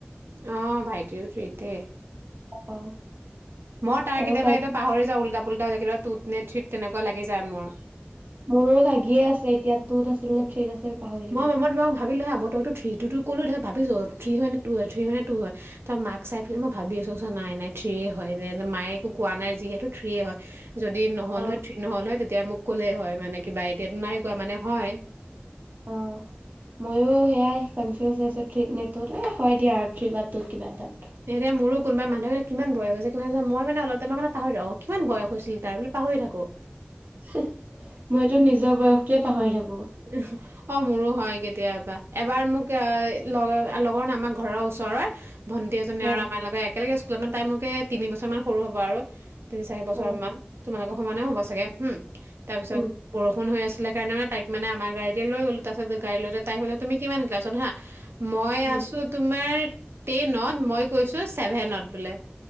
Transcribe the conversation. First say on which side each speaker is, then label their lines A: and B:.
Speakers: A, on the right; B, on the right.
A: অ' ভাইট টিও থ্ৰি তে।
B: অ'!
A: মই তাৰ
B: আৰু
A: কেতিয়াবা
B: কালি
A: এইটো পাহৰি যাওঁ উল্টা পুষ্পা হৈ যায়, কেতিয়াবা টুটনে থ্ৰীত তেনেকুৱা লাগি যায় মোৰ।
B: মোৰো লাগিয়ে আছে এতিয়া, টুত আছিল নে থ্ৰীত আছিল পাহৰি
A: মই
B: থাকিলোঁ।
A: মই তোমাক ভাবিলোঁ হা, মই তোমাক তো থ্ৰীটো তো ক'লো, তাৰপিছত ভাবিছোঁ, থ্ৰী হয় নে টু হয়, থ্ৰী হয় নে টু হয়। তাৰ পৰা মাক চাই পেলাই মই ভাবি আছোঁ। নাই নাই থ্ৰিয়ে হয়, যে মায়ে একো কোৱা নাই যিহেতু থ্ৰীয়ে হয়। যদি নহ'ল
B: অ
A: হয়, থ্ৰী নহ'ল হয় তিয়া মোক ক'লে হয় মানে কিবা। এতিয়াতো নাই কোৱা মানে, হয়।
B: অ' ময়ো সেয়াই কনফিউজ হৈ আছো থ্ৰী নে টুত। এ হয় দিয়া আৰু থ্ৰী বা টুত কিবা এটাত।
A: এ, এতিয়া মোৰোঁ কোনোবাই মানুহ ভাবে কিমান বয়স হৈছে। কি মই মানে, অলপ টাইমাৰ মানে পাহৰি থাকোঁ, কিমান বয়স হৈছিল তাৰ বোলে, পাহৰি থাকোঁ।
B: মইতটো নিজৰ বয়সটোৱে পাহৰি থাকোঁ।
A: উঁহ! অ মোৰো হয় কেতিয়াবা। এবাৰ মোক এ লগ, লগৰ নহয় আমাৰ ঘৰৰ ওচৰৰে ভণ্টি এজনী
B: উম
A: আৰু আমাৰ লগত একেলগে স্কুলত মানে তাই মোতকে তিনি বছৰ মান সৰু হ'ব আৰু, তিনি চাৰি বছৰ
B: উম
A: মান। তোমালোকৰ সমানে হ'ব চাগে, হম! তাৰ পিছত
B: উম
A: বৰষুণ হৈ আছ দিলে কাৰণে মানে তাইক মানে আমাৰ গাড়ীতে লৈ গ'লো, তাৰপিছত গাড়ী লওতে তাই ক'লে, তুমি কিমান ক্লাছত হা, মই
B: উম
A: আছোঁ তোমাৰ টেনত, মই কৈছোঁ ছেভেনত বোলে।